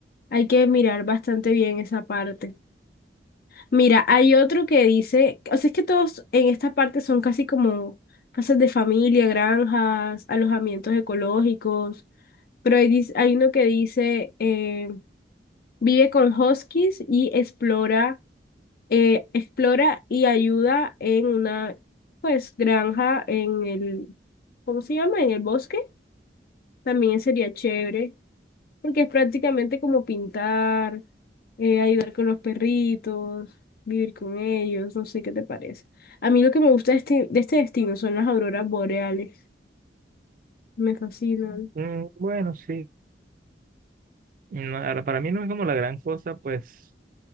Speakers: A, on the left (about 55°); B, on the right (about 50°).
A: Hay que mirar bastante bien esa parte. Mira, hay otro que dice, o sea, es que todos en esta parte son casi como casas de familia, granjas, alojamientos ecológicos, pero hay, dis- hay uno que dice, eh, vive con huskies y explora, eh, explora y ayuda en una, pues, granja en el, ¿cómo se llama? En el bosque. También sería chévere. porque es prácticamente como pintar, eh, ayudar con los perritos, vivir con ellos, no sé qué te parece. A mí lo que me gusta de este, de este destino son las auroras boreales, me fascinan.
B: Mm, bueno, sí. No, ahora, para mí no es como la gran cosa, pues,